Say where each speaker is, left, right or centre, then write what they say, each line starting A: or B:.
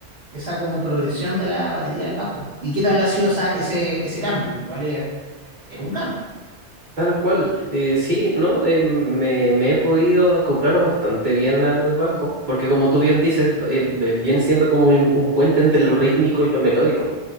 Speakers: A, on the right; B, on the right.
A: esa como progresión de la batería al bajo. ¿Y qué tal ha sido esa- ese, ese cambio? Porque igual es, es un cambio.
B: tal cual. Eh, sí, ¿no? Eh, me, me he podido acoplar bastante bien al bajo, porque como tú bien dices, eh, ve- viene siendo como un, un puente entre lo rítmico y lo melódico.